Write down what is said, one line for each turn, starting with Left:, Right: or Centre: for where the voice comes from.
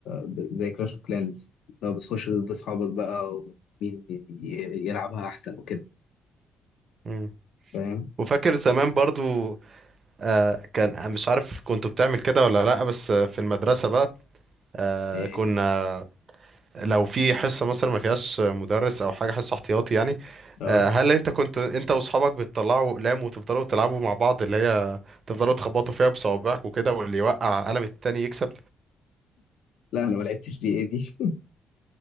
Left: ب- زي كلاش اوف كلانز لو بتخش ضد اصحابك بقى ومين ي- ي- يلعبها احسن وكده
Right: مم.
Left: فاهم
Right: وفاكر زمان برضو آه، كان آه، مش عارف كنت بتعمل كده ولا لا بس آه، في المدرسة بقى آه،
Left: إيه،
Right: كنا لو في حصة مثلا ما فيهاش مدرس او حاجة حصة احتياطي يعني
Left: اه
Right: آه، هل انت كنت انت واصحابك بتطلعوا اقلام وتفضلوا تلعبوا مع بعض اللي هي تفضلوا تخبطوا فيها بصوابعك وكده واللي يوقع قلم التاني يكسب
Left: لا انا ما لعبتش دي ايه دي